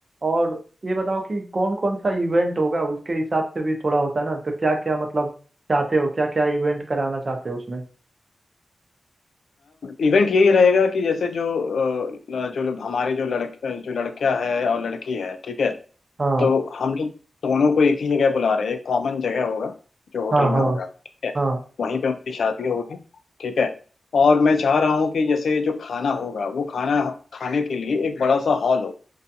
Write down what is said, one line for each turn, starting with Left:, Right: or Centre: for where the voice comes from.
Right: और ये बताओ कि कौन कौन सा इवेंट होगा उसके हिसाब से भी थोड़ा होता है ना तो क्या क्या मतलब चाहते हो क्या क्या इवेंट कराना चाहते हो उसमें
Left: इवेंट यही रहेगा कि जैसे जो अ, जो लोग- हमारे जो लड़के जो लड़का है और लड़की है ठीक है
Right: हाँ
Left: तो हम लोग दोनों को एक ही जगह बुला रहे हैं एक कॉमन जगह होगा जो होटल
Right: हाँ
Left: में
Right: हाँ
Left: होगा ठीक है
Right: हाँ
Left: वहीं पे उनकी शादी होगी ठीक है और मैं चाह रहा हूँ कि जैसे जो खाना होगा वो खाना खाने के लिए एक बड़ा सा हॉल हो